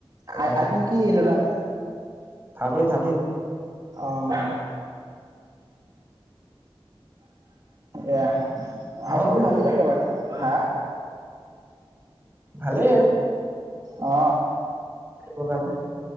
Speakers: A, on the right; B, on the right.
A: সেই
B: আই
A: কাৰণে
B: আইফোন কি ল'লা
A: থাৰ্টিন থাৰ্টিন
B: অ' এয়া
A: হলগে
B: আইফোনটো
A: দেখোন
B: ভালেই লাগে কিবা এটা হা
A: ভালেই
B: অ
A: সেইটোকাৰনে